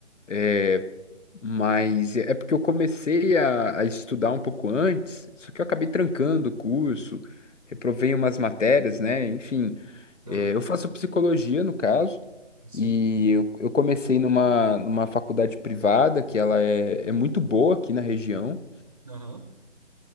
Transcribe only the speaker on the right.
Aham,
Sim,
aham.